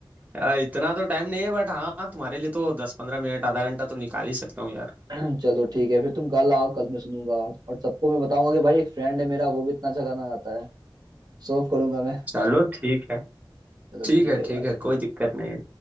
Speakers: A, on the right (about 20°); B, on the right (about 50°).
A: आ, इतना तो टाइम नहीं है बट हाँ तुम्हारे लिए तो दस पंद्रह मिनट आधा घंटा तो निकाल ही सकता हूँ यार
B: <clears throat> चलो ठीक है फिर तुम कल आओ कल मैं सुनूंगा और, और सबको मैं बताऊंगा कि भाई एक फ्रेंड है मेरा वो भी इतना अच्छा गाना गाता है सर्व करूंगा मैं
A: चलो ठीक है
B: चलो
A: ठीक
B: ठीक
A: है
B: है
A: ठीक
B: भाई
A: है कोई दिक्कत नहीं है।